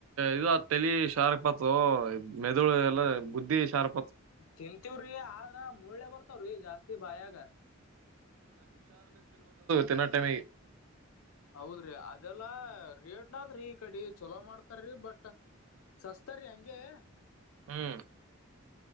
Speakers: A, on the right; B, on the left.
A: ಇ ತಲಿ ಶಾರ್ಪತ್ ಮೆದುಳು ಎಲ್ಲ ಬುದ್ಧಿ ಶರ್
B: ತಿಂತೀವ್ರಿ ಆದ್ರ ಮುಳ್ಳೆ ಬರ್ತಾವ್ರಿ ಜಾಸ್ತಿ ಬಾಯಾಗ
A: ತಿನಾಟಮೇ
B: ಹೌದ್ರಿ ಅದೆಲ್ಲಾ ರೇಟ್ನಾದ್ರಿ ಈ ಕಡೆ ಚಲೋ ಮಾಡ್ತಾರಿ ಬಟ್ ಸಸ್ತಾರಿೀ ಹಂಂಗಗೆ
A: ಹ್ಮ್